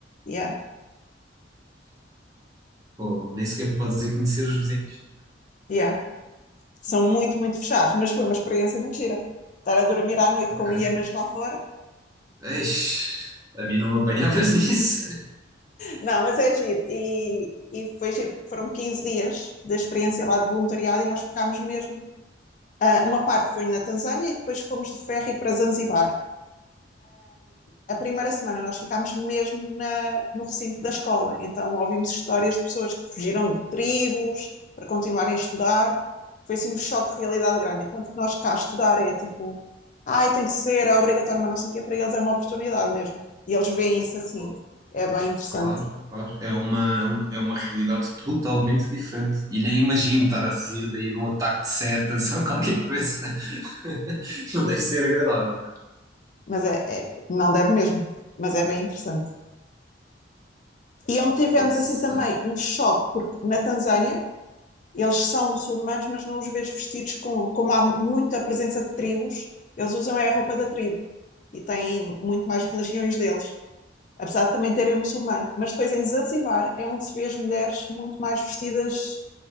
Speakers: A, on the left (about 45°); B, on the right (about 20°).
A: Yeah.
B: Pô, nem sequer podes ir conhecer os vizinhos.
A: Yeah. São muito, muito fechados, mas foi uma experiência muito gira. Estar a dormir à noite
B: Ok.
A: com hienas lá fora.
B: Eish, a mim não me apanhavas <laughs> nisso.
A: Não, mas é giro. E, e foi giro, foram 15 dias da experiência lá de voluntariado e nós ficámos mesmo. Uh, uma parte foi na Tanzânia e depois fomos de ferry para Zanzibar. a primeira semana nós ficámos mesmo na, no recinto da escola, então ouvimos histórias de pessoas que fugiram de tribos para continuarem a estudar. Foi assim um choque de realidade grande. Enquanto que nós cá estudar é tipo, ai, tem que ser, é obrigatório, mas não sei o quê, para eles é uma oportunidade mesmo. E eles veem isso assim.
B: Pô,
A: É bem interessante,
B: claro, claro. É uma, é um- é uma realidade totalmente diferente. E nem imagino estar a fugir daí de um ataque de setas <laughs> ou qualquer coisa. <laughs> Não deve ser agradável.
A: mas é, é não deve mesmo, mas é bem interessante. E é onde tivemos
B: Poxa.
A: assim também um choque, porque na Tanzânia eles são muçulmanos, mas não os vejo vestidos com, como há muita presença de tribos, eles usam é a roupa da tribo e têm muito mais religiões deles, apesar de também terem muçulmano. Mas depois em Zanzibar é onde se vê as mulheres muito mais vestidas,